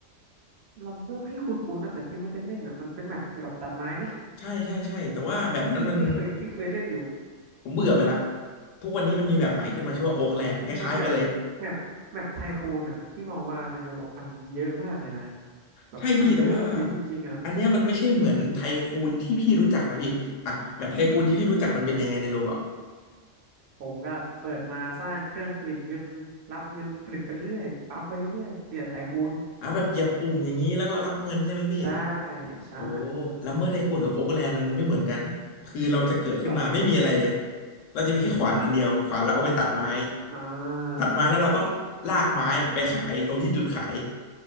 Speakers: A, on the right (about 65°); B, on the left (about 75°).
A: ลัมเบอร์พี่คุ้นๆนะแต่พี่ไม่ได้เล่นอ่ะมันเป็นแมปเกี่ยวกับตัดไม้ไหม
B: ใช่ใช่ใช่แต่ว่าแมปนั้นมัน
A: อืมพี่เคยพี่เคยเล่นอยู่
B: ผมเบื่อไปละทุกวันนี้มันมีแมปใหม่ขึ้นมาชื่อว่าโอ๊กแลนด์คล้ายๆกันเลย
A: อืมมันแบบแมปแมปไทคูนอ่ะพี่มองว่าในโรบอกมันเยอะมากเลยนะแบบมันเยอะแบบเยอะจริงๆอ่ะ
B: ใช่พี่แต่ว่าอันเนี้ยมันไม่ใช่เหมือนไทคูนที่พี่รู้จักนะพี่อ่ะแมปไทคูนที่พี่รู้จักมันเป็นยังไงในโรบอท
A: อืมผมก็เปิดมาสร้างเครื่องผลิตเงินรับเงินผลิตไปเรื่อยปั๊มไปเรื่อยเนี่ยไทคูน
B: อ่ะแบบเหยียบปุ่มอย่างนี้แล้วก็รับเงินใช่ไหมพี่
A: ใช่ใช่
B: โอ้ลัมเบอร์ไทคูนกับโอ๊กแลนด์มันไม่เหมือนกันคือเราจะเกิดขึ้นมาไม่มีอะไรเลย
A: หรอ
B: เราจะมีแค่ขวานอันเดียวขวานเราเอาไปตัดไม้
A: อืมอ่า
B: ตัดไม้แล้วเราต้องลากไม้ไปขายตรงที่จุดขาย